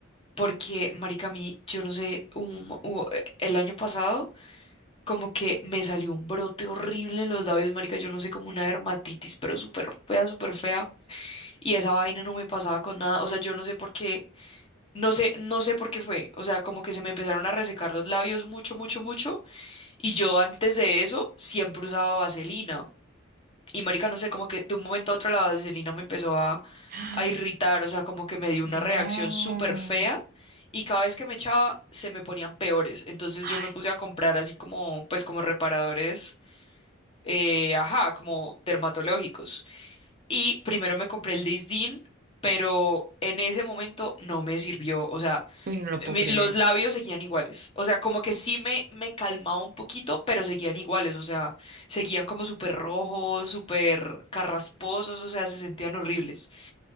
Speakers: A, on the left; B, on the right.
A: porque, marica, a mí, yo no sé, un u- eh, el año pasado como que me salió un brote horrible en los labios, marica, yo no sé, como una dermatitis, pero súper fea, súper fea. Y esa vaina no me pasaba con nada, o sea, yo no sé por qué, no sé, no sé por qué fue. O sea, como que se me empezaron a resecar los labios mucho, mucho, mucho. Y yo antes de eso siempre usaba vaselina. Y marica, no sé, como que de un momento a otro la vaselina me empezó a,
B: <gasps>
A: a irritar,
B: Ah,
A: o sea, como que me dio una
B: No.
A: reacción súper fea y cada vez que me echaba se me ponían peores. Entonces
B: Ay,
A: yo me puse a comprar así como, pues como reparadores, eh, ajá, como dermatológicos. Y primero me compré el Disdin, pero en ese momento no me sirvió, o sea
B: uy, no lo puedo
A: mi-
B: creer.
A: los labios seguían iguales. O sea, como que sí me, me calmaba un poquito, pero seguían iguales. O sea, seguían como súper rojos, súper carrasposos, o sea, se sentían horribles.